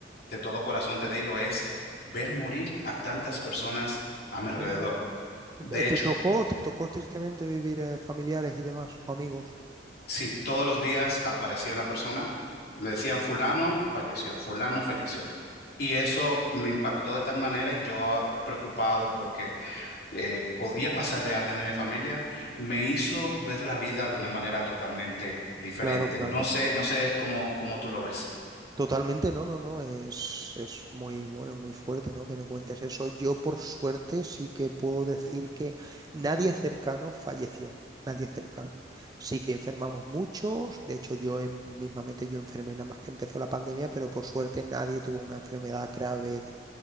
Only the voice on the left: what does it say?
de todo corazón te digo, es ver morir a tantas personas a mi alrededor.
De
hecho,
Sí, todos los días aparecía una persona, le decían fulano falleció, fulano falleció. Y eso me impactó de tal manera y yo eh, preocupado porque eh, podía pasarle a alguien de mi familia, me hizo ver la vida de una manera totalmente diferente.
No
sé,
no sé cómo, cómo tú lo ves.